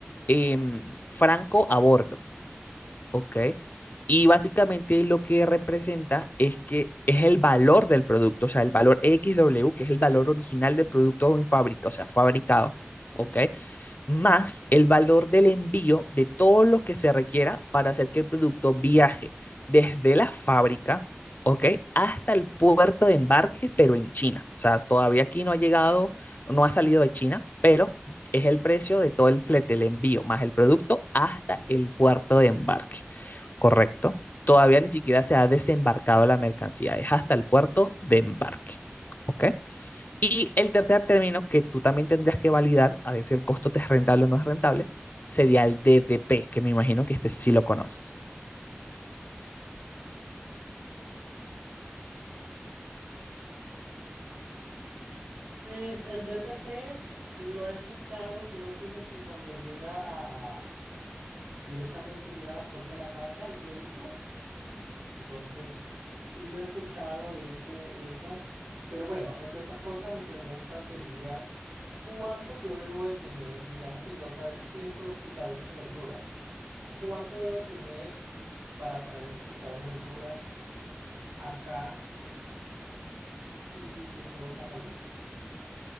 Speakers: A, on the left; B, on the right.
A: em, franco a bordo. Ok. Y básicamente lo que representa es que es el valor del producto, o sea, el valor XW, que es el valor original del producto en fábrica, o sea, fabricado, ¿ok? Más el valor del envío de todo lo que se requiera para hacer que el producto viaje desde la fábrica, ¿ok? Hasta el puerto de embarque, pero en China. O sea, todavía aquí no ha llegado, no ha salido de China, pero es el precio de todo el flete, el envío, más el producto hasta el puerto de embarque correcto, todavía ni siquiera se ha desembarcado la mercancía, es hasta el puerto de embarque, ¿ok? Y el tercer término que tú también tendrías que validar, a ver si el costo te es rentable o no es rentable, sería el DDP, que me imagino que este sí lo conoces.
B: Pues el DTP lo he escuchado, creo que es el que cuando llega a, a- directamente llega a la puerta de la casa, el producto. Entonces, sí lo he escuchado ese, eso, pero bueno, entre otras cosas, mi pregunta sería, ¿cuánto yo debo de tener? Digamos que quiero traer 100 pro- picadores de verduras. ¿Cuánto debo tener para traer esos picadores de verdura acá y que todo salga bien?